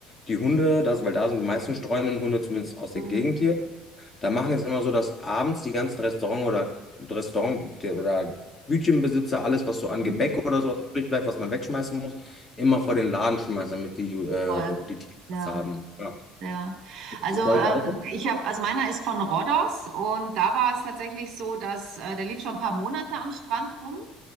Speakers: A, on the left; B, on the right.
A: die Hunde, das, weil da sind die meisten streunenden Hunde, zumindest aus der
B: Mhm.
A: Gegend hier da machen jetzt immer so, dass abends die ganzen Restaurant oder Restaurant oder Bütchenbesitzer alles, was so an
B: Mhm.
A: Gebäck oder sowas übrig bleibt, was man wegschmeißen muss, immer vor den Laden schmeißen, damit die äh,
B: Toll.
A: die Tiere
B: Ja,
A: das haben. Ja.
B: ja. Also
A: Ist das bei euch
B: ähm,
A: auch so?
B: ich habe, also meiner ist von Rhodos und da war es tatsächlich so, dass äh, der lief schon ein paar Monate am Strand rum.